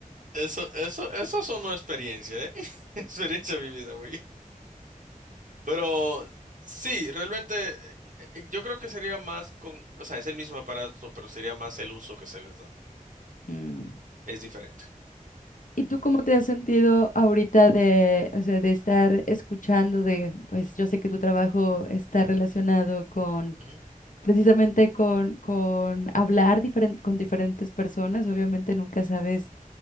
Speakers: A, on the right (about 65°); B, on the left (about 65°).
A: eso, eso, eso sonó experiencia, ¿eh? <laughs> Experiencia vivida, güey. Pero sí, realmente eh, yo creo que sería más con, o sea, es el mismo aparato, pero sería más el uso que se les da.
B: Mm.
A: Es diferente.
B: ¿Y tú cómo te has sentido ahorita de, o sea, de estar escuchando de, pues yo sé que tu trabajo está relacionado con
A: Ujú,
B: precisamente con, con hablar diferen- con diferentes personas. Obviamente nunca sabes